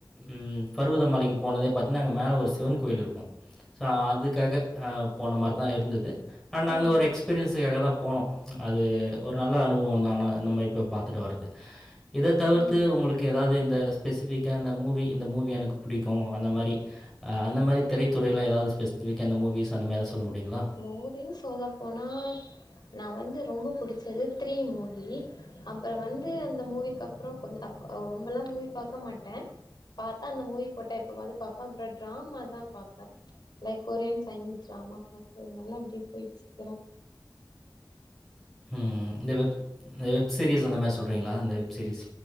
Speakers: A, in the centre; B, on the left.
A: ம் பருவதமலைக்கு போனதே பாத்தீங்கனா அங்க மேல ஒரு சிவன் கோயில் இருக்கும் ஸோ அதுக்காக போன மாரி தான் இருந்தது ஆஹ் நாங்க
B: ம்
A: ஒரு எக்ஸ்பீரியன்ஸ் க்காக தான் போனோம் அது ஒரு நல்ல அனுபவம் தான் ஆனா இந்த மாரி போய் பாத்துட்டு வரது இத தவிர்த்து
B: ம்
A: உங்களுக்கு ஏதாவது இந்த ஸ்பெசிபிக்கா இந்த மூவி இந்த மூவி எனக்கு புடிக்கும் அந்த மாரி அந்த மாரி திரைத்துறையில ஏதாவது ஸ்பெசிபிக்கா இந்த மூவிஸ் அந்த மாரி ஏதாவது சொல்ல முடியுங்களா?
B: மூவின்னு சொல்ல போனா நான் வந்து ரொம்ப புடிச்சது த்ரீ மூவி அப்புறம் வந்து அந்த மூவிக்கு அப்புறம் கொஞ்ச அப்ப ரொம்பலாம் மூவி பாக்க மாட்டேன் பாத்தா அந்த மூவி போட்டா எப்போவாவது பாப்பேன் அப்புறம் டிராமா தான் பாப்பேன் லைக் கொரியன் சைனீஸ் டிராமா பாக்குறதுனால அப்டியே போய்டுச்சு இப்பலாம்
A: உம் இந்த வெப் <unintelligible> சீரிஸ் அந்த மாரி சொல்றீங்களா அந்த வெப் சீரிஸ்